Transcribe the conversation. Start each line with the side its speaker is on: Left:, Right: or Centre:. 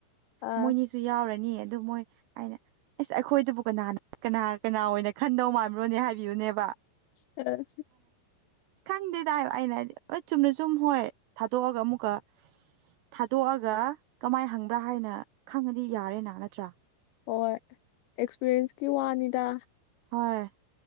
Left: ꯑꯥ
Right: ꯃꯣꯏꯅꯤꯁꯨ ꯌꯥꯎꯔꯅꯤ ꯑꯗꯨ ꯃꯣꯏ ꯍꯥꯏꯅ ꯑꯁ ꯑꯩꯈꯣꯏꯗꯕꯨ ꯀꯅꯥꯅ ꯀꯅꯥ ꯀꯅꯥ ꯑꯣꯏꯅ ꯈꯟꯗꯧ ꯃꯥꯟꯕꯂꯣꯅꯦ ꯍꯥꯏꯕꯤꯌꯨꯅꯦꯕ
Left: ꯑ
Right: ꯈꯪꯗꯦ ꯇꯥꯏꯕ ꯑꯩꯅ ꯍꯥꯏꯗꯤ ꯍ ꯆꯨꯝꯅ ꯆꯨꯝ ꯍꯣꯏ ꯊꯥꯗꯣꯛꯑꯒ ꯑꯃꯨꯛꯀ ꯊꯥꯗꯣꯛꯑꯒ ꯀꯃꯥꯏ ꯍꯪꯕ꯭ꯔꯥ ꯍꯥꯏꯅ ꯈꯪꯉꯗꯤ ꯌꯥꯔꯦꯅ ꯅꯠꯇ꯭ꯔꯥ
Left: ꯍꯣꯏ ꯑꯦꯛꯁꯄꯤꯔꯤꯟꯁꯀꯤ ꯋꯥꯅꯤꯗ
Right: ꯍꯣꯏ